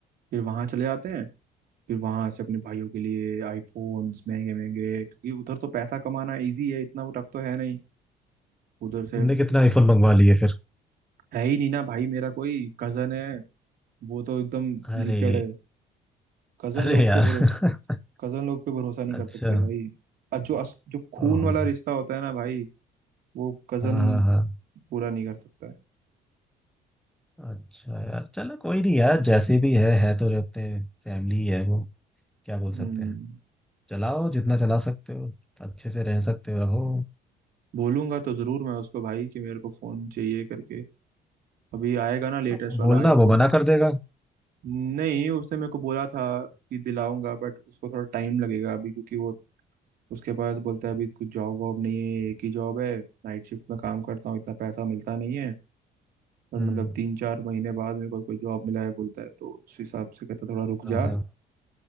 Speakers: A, on the right; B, in the centre.
A: फिर वहां चले जाते हैं फिर वहां से अपने भाइयों के लिए आईफोन्स महंगे महंगे क्योंकि उधर तो पैसा कमाना इजी है इतना वो टफ तो है नहीं उधर से
B: तुमने कितने आईफोन मंगवा लिए फिर
A: है ही नहीं ना भाई मेरा कोई कजन है वो तो एकदम
B: अरे
A: लिकड़ है कजन
B: अरे
A: लोग
B: यार
A: पे भरोसे
B: <laughs>
A: कजन लोग पे भरोसा नहीं
B: अच्छा
A: कर सकते भाई और जो अस, जो खून
B: ओहो
A: वाला रिश्ता होता है ना भाई वो कजन
B: हाँ हाँ हाँ
A: पूरा नहीं कर सकता है
B: अच्छा यार चलो कोई नहीं यार जैसे भी है है तो रहते हैं फैमिली ही है वो क्या बोल
A: हम्म
B: सकते हैं चलाओ जितना चला सकते हो अच्छे से रह सकते हो रहो
A: बोलूंगा तो जरूर मैं उसको भाई कि मेरे को फोन चाहिए करके अभी आएगा ना लेटेस्ट
B: हाँ, तुम
A: वाला
B: बोलना
A: आईफोन
B: वो मना कर देगा
A: नहीं उसने मेरे को बोला था कि दिलाऊंगा बट उसको थोड़ा टाइम लगेगा अभी क्योंकि वो उसके पास बोलता है अभी कुछ जॉब वॉब नहीं है एक ही जॉब है नाइट शिफ्ट में काम करता हूँ इतना पैसा मिलता नहीं है और
B: हम्म
A: मतलब तीन चार महीने बाद मेरे को कोई जॉब मिला है बोलता है तो उस हिसाब से कहता थोड़ा रुक जा
B: हाँ हाँ